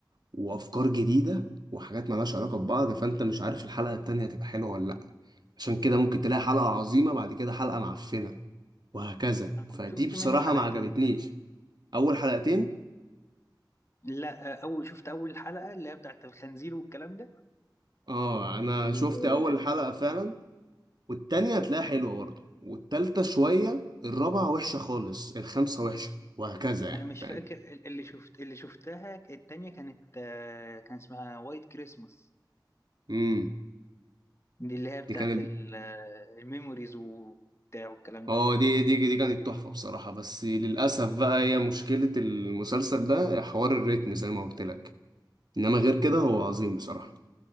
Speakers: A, on the right; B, on the left.
A: وافكار جديدة وحاجات مالهاش علاقة ببعض فانت مش عارف الحلقة التانية هتبقى حلوة ولا لا عشان كده ممكن تلاقي حلقة عظيمة بعد كده حلقة معفنة وهكذا
B: انا كنت
A: فدي
B: شفت
A: بصراحة
B: منه حلقتين
A: ما عجبتنيش اول حلقتين
B: لا اول شفت اول حلقه اللي هي بتاعت الخنزير والكلام ده
A: اه انا
B: وانا
A: شفت اول حلقة فعلا والتانية هتلاقيها حلوة برضه والتالتة شوية الرابعة وحشة خالص الخامسة وحشة وهكذا يعني
B: مش
A: فاهم
B: فاكر اللي شفت اللي شفتها التانية كانت آه، كان اسمها وايت كريسماس
A: امم
B: دي اللي هي بتاعت
A: دي كانت
B: ال- آه، الميموريز وبتاع والكلام
A: اه
B: ده
A: دي دي دي كانت تحفة بصراحة بس للأسف بقى هي مشكلة المسلسل ده حوار الريتم زي ما قلت لك إنما غير كده هو عظيم بصراحة